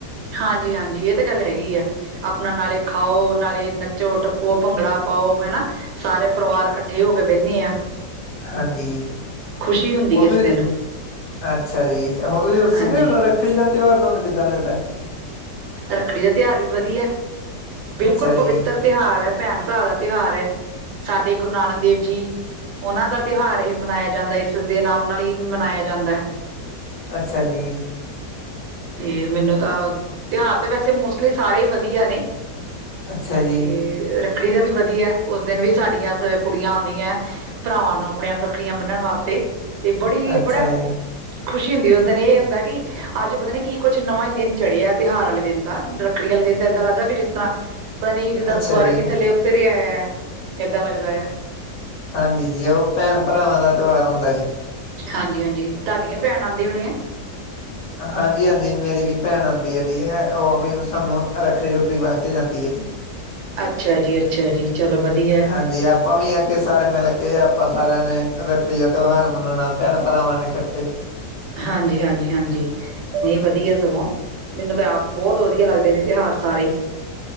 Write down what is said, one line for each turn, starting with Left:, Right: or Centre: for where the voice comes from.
Right: -ਹਾਂਜੀ -ਹਾਂਜੀ ਇਹ ਤੇ ਗੱਲ ਹੈਗੀ ਆ ਆਪਣਾ ਨਾਲੇ ਖਾਓ। ਨਾਲੇ ਨੱਚੋ ਟੱਪੋ ਭੰਗੜਾ ਪਾਓ ਹੈ ਨਾ ਸਾਰੇ। ਪਰਿਵਾਰ ਇਕੱਠੇ ਹੋ ਕੇ ਬਹਿੰਦੇ ਆ
Left: ਹਾਂਜੀ
Right: ਖੁਸ਼ੀ ਹੁੰਦੀ
Left: ਹੁਣ
Right: ਹੈ
Left: ਤੁਸੀਂ
Right: ਇਸ ਦਿਨ
Left: ਅੱਛਾ ਜੀ ਹੁਣ ਤੁਸੀਂ ਦੱਸੋਗੇ
Right: ਹਾਂਜੀ
Left: ਰੱਖੜੀ ਦਾ ਤਿਵਾਰ ਤੁਹਾਨੂੰ ਕਿੱਦਾਂ ਲੱਗਦਾ ਹੈ
Right: ਰੱਖੜੀ ਦਾ ਤਿਉਹਾਰ ਵੀ ਵਧੀਆ ਬਿਲਕੁਲ
Left: ਅੱਛਾ ਜੀ,
Right: ਪਵਿੱਤਰ ਤਿਉਹਾਰ ਹੈ ਭੈਣ -ਭਰਾ ਦਾ ਤਿਉਹਾਰ ਹੈ ਸਾਡੇ ਗੁਰੂ ਨਾਨਕ ਦੇਵ ਜੀ ਉਹਨਾਂ ਦਾ ਤਿਉਹਾਰ ਹੀ ਮਨਾਇਆ ਜਾਂਦਾ ਦੇ ਨਾਮ ਨਾਲ ਹੀ ਮਨਾਇਆ ਜਾਂਦਾ ਹੈ
Left: ਅੱਛਾ ਜੀ
Right: ਤੇ ਮੈਨੂੰ ਤਾਂ ਤਿਉਹਾਰ ਤਾਂ ਵੈਸੇ ਮੋਸਟਲੀ ਸਾਰੇ ਹੀ ਵਧੀਆ ਨੇ
Left: ਅੱਛਾ ਜੀ,
Right: ਤੇ ਰੱਖ ਰੱਖੜੀ ਦਾ ਵੀ ਵਧੀਆ ਉਸ ਦਿਨ ਵੀ ਸਾਡੀਆਂ ਕੁੜੀਆਂ ਆਉਂਦੀਆਂ ਭਰਾਵਾਂ ਨੂੰ ਆਪਣੀਆਂ ਨੂੰ ਰੱਖੜੀਆਂ ਬੰਨਣ ਵਾਸਤੇ ਤੇ ਬੜੀ
Left: ਅੱਛਾ
Right: ਬੜਾ
Left: ਜੀ।
Right: ਖੁਸ਼ੀ ਹੁੰਦੀ ਉਸ ਦਿਨ ਇਹ ਹੁੰਦਾ ਕਿ ਅੱਜ ਪਤਾ ਨੀ ਕੀ ਕੁੱਛ ਨਵਾਂ ਹੀ ਦਿਨ ਚੜ੍ਹਿਆ ਤਿਉਹਾਰ ਵਾਲੇ ਦਿਨ ਦਾ ਰੱਖੜੀ ਵਾਲੇ ਦਿਨ ਤਾਂ ਇਏਦਾਂ ਲੱਗਦਾ ਕਿ ਜਿਸ ਤਰ੍ਹਾਂ ਪਤਾ ਨੀ ਜੇ
Left: ਅੱਛਾ
Right: ਦਸ ਵਰ
Left: ਜੀ,
Right: ਕੀ ਥੱਲ ਉੱਤੇਰੇਇਆ ਏਦਾਂ ਲੱਗਦਾ ਆ
Left: ਹਾਂਜੀ ਜੀ ਉਹ ਭੈਣ ਭਰਾਵਾਂ ਦਾ ਤਿਉਹਾਰ ਹੁੰਦਾ ਜੀ
Right: ਹਾਂਜੀ -ਹਾਂਜੀ ਤੁਹਾਡੀਆਂ ਭੈਣ ਆਉਂਦੀ ਹੋਣੀ ਆ
Left: ਹਾਂਜੀ- ਹਾਂਜੀ ਮੇਰੀ ਵੀ ਭੈਣ ਆਉਂਦੀ ਹੈ ਜੀ ਹੈ ਉਹ ਵੀ ਸਾਨੂੰ ਰੱਖੜੀ ਰੁੱਖੜੀ ਬਣ ਕੇ ਜਾਂਦੀ ਹੈ ਜੀ
Right: ਅੱਛਾ ਜੀ ਅੱਛਾ ਜੀ ਚਲੋ ਵਧੀਆ
Left: ਹਾਂਜੀ ਆਪਾਂ ਵੀ ਆ ਕੇ ਸਾਰੇ ਮਿਲ ਕੇ ਆਪਾਂ ਸਾਰਿਆਂ ਨੇ ਰੱਖੜੀ ਦਾ ਤਿਉਹਾਰ ਮਨਾਉਣਾ ਭੈਣ ਤਵਾਂ ਨੇ ਖੱਟੇ
Right: ਹਾਂਜੀ ਹਾਂਜੀ ਹਾਂਜੀ ਨਹੀਂ ਵਧੀਆ ਸਗੋਂ ਮੈਨੂੰ ਤਾਂ ਆਪ ਬਹੁਤ ਵਧੀਆ ਲੱਗਦੇ ਨੇ ਤਿਉਹਾਰ ਸਾਰੇ ਹੀ